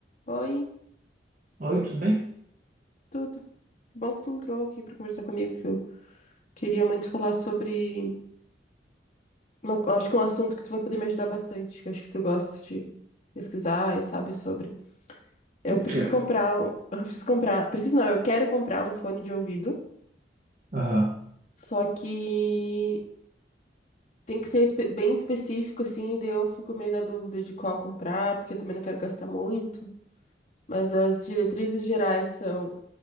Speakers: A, on the left; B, on the right.
A: Oi,
B: Oi, tudo bem?
A: tudo. Que Bom que tu entrou aqui para conversar comigo, que eu queria muito falar sobre. uma- acho que é um assunto que tu vai poder me ajudar bastante, que acho que tu gosta de pesquisar e sabe sobre. Eu
B: O
A: preciso
B: quê?
A: comprar. um- <laughs> Eu preciso comprar. Preciso não, eu quero comprar um fone de ouvido,
B: Aham,
A: só que tem que ser espe- bem específico, assim, e daí eu fico meio na dúvida de qual comprar, porque eu também não quero gastar muito. Mas as diretrizes gerais são